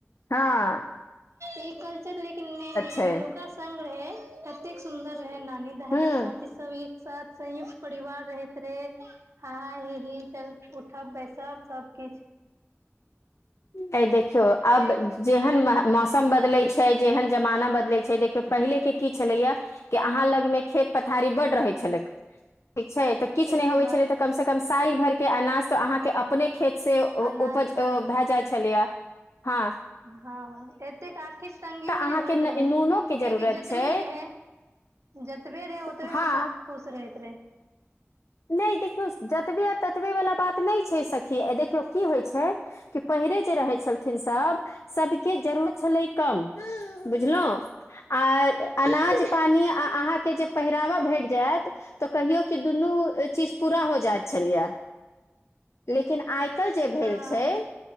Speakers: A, on the left (about 70°); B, on the right (about 80°).
A: हाँ।
B: ई कल्चर लेकिन नै नीक,
A: छै
B: पहिलुका संग रहै कतेक सुन्दर रहै नानी दादी,
A: हूँ
B: चाची सब एक साथ संयुक्त परिवार रहैत रहे हा-हा, ही-ही चल उठब-बैसब सबकिछ।
A: ए देखियौ आब
B: आइ के
A: जेहन मह मौसम बदलै छै जेहन जमाना बदलै छै देखियौ पहिले के की छलैया कि अहाँ लग में खेत-पथारी बड रहै छलैक। ठीक छै तऽ किछ
B: सही
A: नै होवै
B: बात
A: छलै तऽ कम सँ कम सैल भरके अनाज तऽ अहाँके अप अपने खेत से ओ
B: आ नास्ता
A: उपज ओ भए जाइ छलैया हाँ।
B: हँ एतेक आर्थिक तंगियो
A: अहाँके
B: नै होइत
A: न-
B: रहैय
A: नूनो
B: कियैकि
A: के जरूरत
B: जतनी
A: छै
B: रहैय जतबे रहैय
A: हँ
B: ओतबेमे सब खुश रहैत रहै।
A: नै देखियौ जतबे आ ततबे वला बात नै छैय सखी देखियौ की होय छैय कि पहिरे जे रहैय छलथिन सब सदके जरूरत छलय कम बुझलौं। आ अनाज-पानी आ अहाँके जे पहिरावा भेट जैत तऽ कहियो कि दुनु चीज पुरा हो जाय छलैयै। लेकिन आइ-कल जे भेल
B: हँ
A: छैय